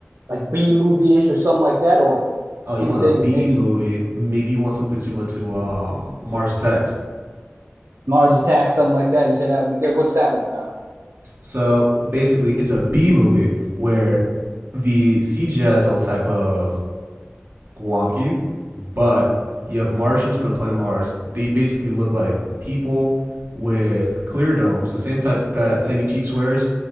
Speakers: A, on the right; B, on the right.
A: like B movie ish or something like that, or
B: Oh, you
A: anything
B: want a B
A: maybe
B: movie? Maybe you want something similar to um, Mars Attacks.
A: Mars Attacks, something like that. You said that would be good. What's that one about?
B: So basically, it's a B movie where the CGI is all type of wonky, but you have Martians from the planet Mars. They basically look like people with clear domes, the same type that Sandy Cheeks wears,